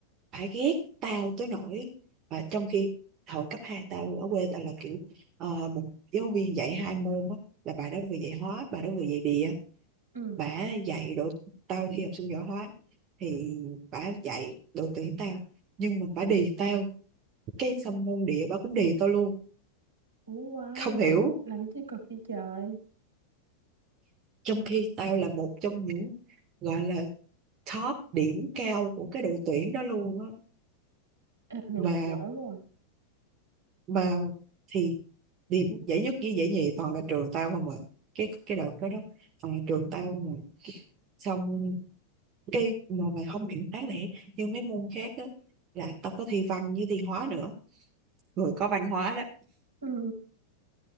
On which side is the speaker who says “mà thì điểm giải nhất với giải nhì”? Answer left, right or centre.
Right